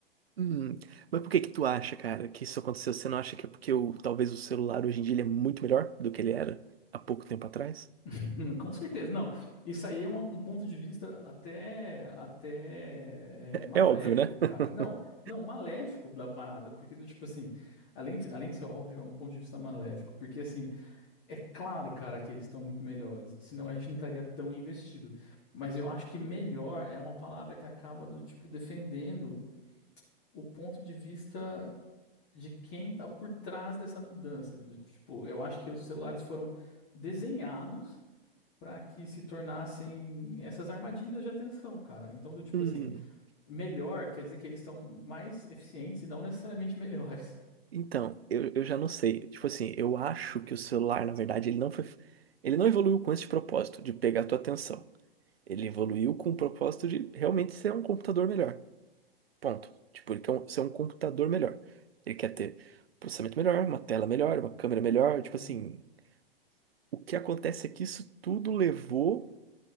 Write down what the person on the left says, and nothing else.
<laughs> Com certeza, não. Isso aí é uma- um ponto de vista até até é, maléfico,
cara.
Não, não, maléfico da parada, porque do tipo assim, além de, além de ser óbvio, é um ponto de vista maléfico, porque assim, é claro, cara, que eles estão muito melhores, senão a gente não estaria tão investido. Mas eu acho que melhor é uma palavra que acaba do tipo defendendo o ponto de vista de quem tá por trás dessa mudança, do tipo, eu acho que os celulares foram desenhados para que se tornassem essas armadilhas de atenção, cara. Então, do tipo
assim, melhor quer dizer que eles são mais eficientes e não necessariamente <laughs> melhores.
Uhum.